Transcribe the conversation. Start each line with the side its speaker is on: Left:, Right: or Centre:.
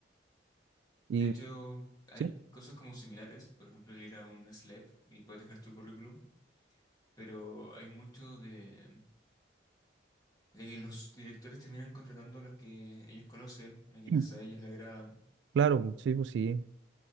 Right: Y
Left: De hecho, hay
Right: sí,
Left: cosas como similares, por ejemplo, el ir a un SLAP y puedes dejar tu currículum, pero hay mucho de, de que los directores terminan contratando a los que ellos conocen, a quienes
Right: <clears throat>
Left: a ellos le agradan,
Right: claro, pues, sí, pues sí.